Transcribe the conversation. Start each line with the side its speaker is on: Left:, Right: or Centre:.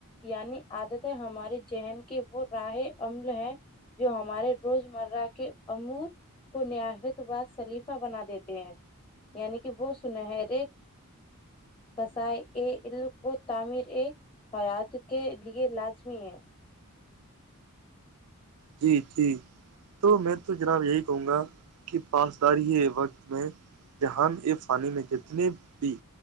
Left: یعنی عادتیں ہمارے ذہن کی وہ راہ عمل ہے جو ہمارے روزمرہ کے امور کو نہایت و سلیف بنا دیتے ہیں یعنی کہ وہ سنا ہےر کسائی ا علم کو تعمیر اے حیات کے لیے لازمی ہے
Right: جی جٹی تو میں تو جناب یہی کہوں گا کہ پاسداری ہی وقت میں جہاں اس فانی میں جتنے بھی